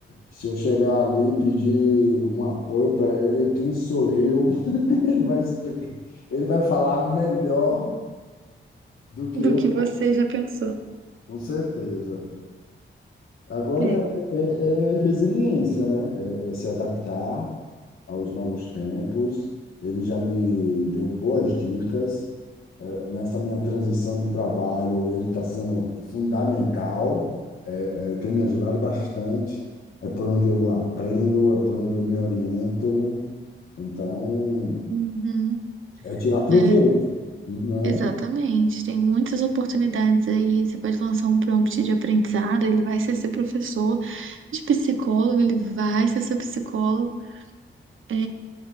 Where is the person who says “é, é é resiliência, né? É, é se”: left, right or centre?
Left